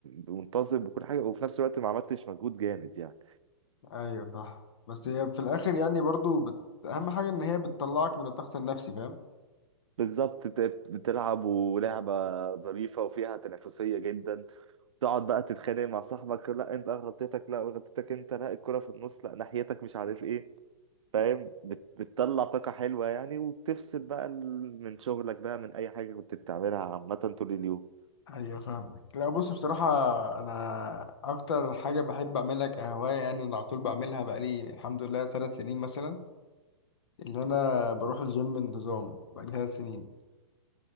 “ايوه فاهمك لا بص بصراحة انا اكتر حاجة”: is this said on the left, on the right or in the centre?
Left